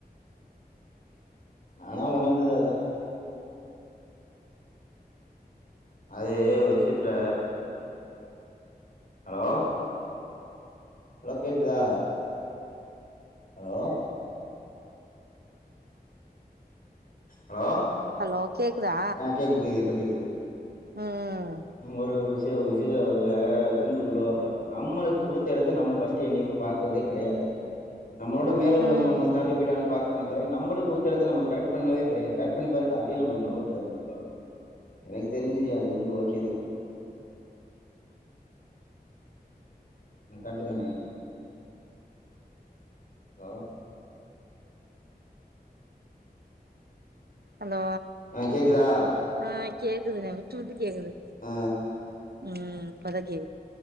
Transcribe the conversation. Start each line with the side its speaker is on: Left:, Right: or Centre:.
Left: நானா உணர்ந்தது அதா அது ஒரு விஷ்யத்துல ஹலோ ஹலோ கேக்குதா ஹலோ ஹலோ
Right: ஹலோ கேக்குதா
Left: அ கேக்குது கேக்குது இப்ப கேக்குது
Right: ம்
Left: ம் ஒரு விஷியோ ஒரு விஷ் <unintelligible> ல சிம்பு சொல்லுவாபுல நம்மளுக்கு குடுத்த எடத்த நம்ம ஃபஸ்ட்டு என்னைக்மே பாக்குற்தே கெடயாது நம்மளோட மேல உள்ளவங்க
Right: ம்
Left: நம்மள தாண்டி போய்டாங்களான் பா குறோமே தவிர நம்மளுக் குடுத்த எடத்த நம்ம கரெக் பண்ணேவே கெடயாது கரக் பண்ணி பாருங்க அத்யே நம்மளுக்கு நம் <unintelligible> எனக்கு தெரிஞ்சு அது வந்து ஓகே தா என்ன கர்ட்டு தானே ஹலோ
Right: ஹலோ
Left: ஆ கேக்குதா
Right: அ கேக்குதுணே விட்டு விட்டு கேக்குது
Left: ஆ
Right: உம் இப்போதைக்கி